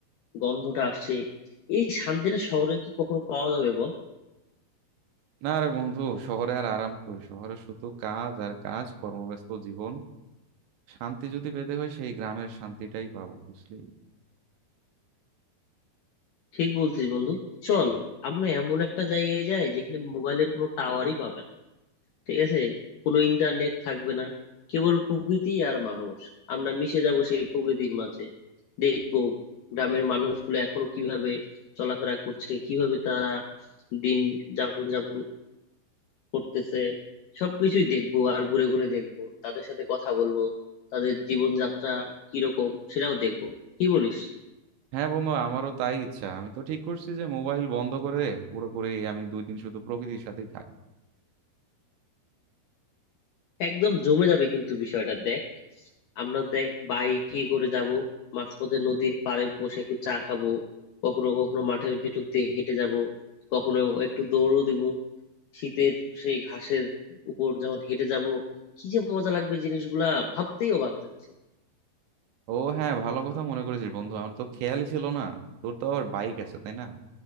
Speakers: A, on the left; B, on the right.
A: গন্ধটা আসছে এই শান্তিটা শহরে কি কখনো পাওয়া যাবে বল
B: না রে বন্ধু শহরে আর আরাম কই শহরে শুধু কাজ আর কাজ কর্মব্যস্ত জীবন শান্তি যদি পেতে হয় সেই গ্রামের শান্তিটাই পাবো বুঝলি
A: ঠিক বলছিস বন্ধু চল আমরা এমন একটা জায়গায় যাই যেখানে মোবাইলের কোনো টাওয়ারই পাবে না ঠিক আছে কোনো ইন্টারনেট থাকবে না কেবল প্রকৃতি আর মানুষ আমরা মিশে যাব সেই প্রকৃতির মাঝে দেখবো গ্রামের মানুষগুলো এখনো কিভাবে চলাফেরা করছে কিভাবে তারা দিন যাপন যাপন করতেছে সবকিছুই দেখবো আর ঘুরে ঘুরে দেখবো তাদের সাথে কথা বলবো তাদের জীবনযাত্রা কিরকম সেটাও দেখবো কি বলিস
B: হ্যাঁ বন্ধু আমারও তাই ইচ্ছা আমি তো ঠিক করছি যে মোবাইল বন্ধ করে পুরোপুরি আমি দুই দিন শুধু প্রকৃতির সাথেই থাকবো
A: একদম জমে যাবে কিন্তু বিষয়টা দেখ আমরা দেখ বাইকে করে যাব মাঝপথে নদীর পাড়ে বসে একটু চা খাবো কখনো কখনো মাঠের ভেতর দিয়ে হেঁটে যাব কখনো একটু দৌড়ও দিব শীতের সেই ঘাসের উপর যখন হেঁটে যাব কি যে মজা লাগবে জিনিসগুলা ভাবতেই অবাক লাগছে
B: ও হ্যাঁ ভালো কথা মনে করেছিস বন্ধু আমার তো খেয়ালই ছিল না তোর তো আবার বাইক আছে তাই না